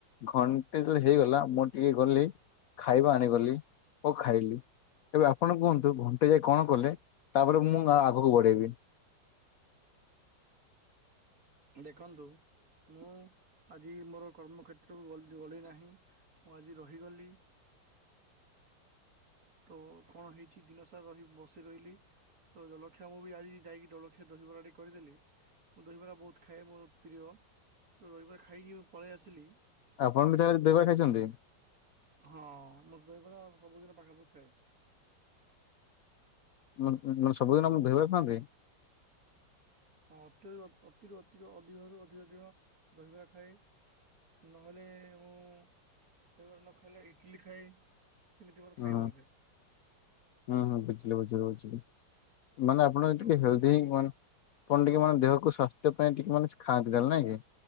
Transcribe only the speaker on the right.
ଦେଖନ୍ତୁ। ମୁଁ, ଆଜି ମୋର କର୍ମକ୍ଷେତ୍ରକୁ ଗ-ଗଲି ନାହିଁ। ମୁଁ ଆଜି ରହିଗଲି। ହ। ତ କଣ ହେଇଛି, ଦିନସାରା ରହି ବସି ରହିଲି। ତ ଜଲଖିଆ ମୁଁ ବି ଆଜି ଯାଇକି ଜଳଖିଆ ସେ ଦହିବରା ଟି କରିଦେଲି, ମୁଁ ଦହିବରା ବହୁତ ଖାଏ ମୋର ପ୍ରିୟ। ତ, ଦହିବରା ଖାଇକି ମୁଁ ପଳେଇ ଆସିଲି।
ହଁ, ମୋର ଦହିବର। ସବୁ ଦିନ ପାଖାପଖି ଖାଏ।
ହଁ, ଅତି ଅତିରୁ ଅତି ଅଧିକରୁ ଅଧିକ ଦିନ ଦହିବରା ଖାଏ। ନହେଲେ, ମୁଁ ଦହିବରା ନ ଖାଇଲେ ଇଟିଲି ଖାଏ। ସେମିତି ମୋର
ଖାଇବା ରହେ
ତ
ଦେଖନ୍ତୁ